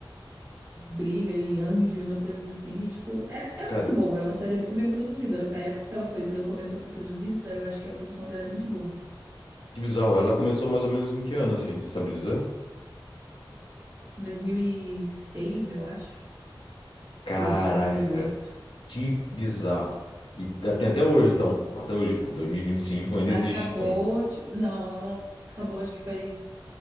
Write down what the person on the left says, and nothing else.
Cara,
que bizarro. Ela começou mais ou menos em que ano, assim? Você sabe dizer?
Caraca,
cara.
Que bizarro. E tá- tem até hoje, então. Até hoje, pô, 2025 ainda
existe. Então,